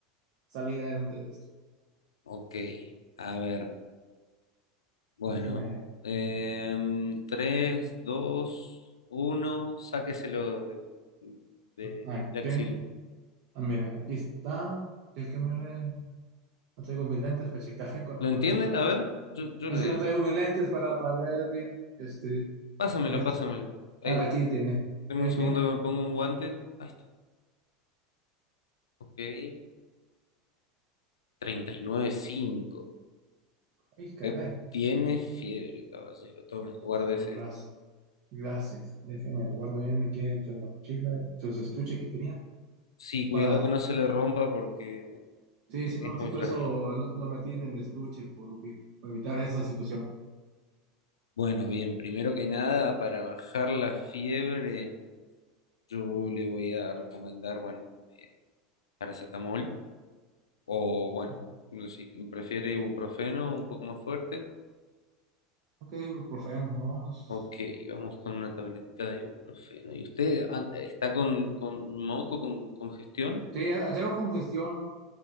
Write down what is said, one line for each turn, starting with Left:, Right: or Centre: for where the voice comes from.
Right: salir adelante de esto.
Left: Ok, a ver. Bueno.
Right: Déjeme,
Left: em, Tres, dos, uno. Sáqueselo de, de
Right: ¿A
Left: la axila.
Right: ¿qué? ah, mira, aquí está. Déjeme leer. No traigo mis lentes para checar cu-
Left: ¿Lo entiende?
Right: cuántos lentes.
Left: A ver, yo, yo
Right: No
Left: le
Right: es que
Left: digo.
Right: no traigo mis lentes para, para ver bien. Este,
Left: Pásamelo,
Right: ah, es-
Left: pásamelo. Ahí,
Right: ah, aquí tiene.
Left: dame
Right: Ahí
Left: un segundo
Right: tiene.
Left: que me pongo un guante. Ahí está. Ok. 39.5.
Right: Ay,
Left: Usted
Right: caray.
Left: tiene fiebre, caballero. Tome, guárdese.
Right: Con razón. Gracias. Déjame, lo guardo bien aquí dentro de la mochila, dentro de su estuche que tenía.
Left: Sí, cuidado
Right: Para.
Left: que no se le rompa porque
Right: Sí,
Left: eh,
Right: sí, no,
Left: es
Right: sí,
Left: muy
Right: por
Left: frágil.
Right: eso lo, lo metí en el estuche, por, lo vi- para evitar esa situación.
Left: Bueno, bien, primero que nada, para bajar la fiebre, yo le voy a recomendar, bueno, paracetamol o, bueno,
Right: Ah,
Left: si prefiere ibuprofeno un poco más fuerte.
Right: Ok, ibuprofeno, vámonos.
Left: Ok, vamos con una tabletita de ibuprofeno. ¿Y usted ah, está con, con moco, con congestión?
Right: Sí, ah, traigo congestión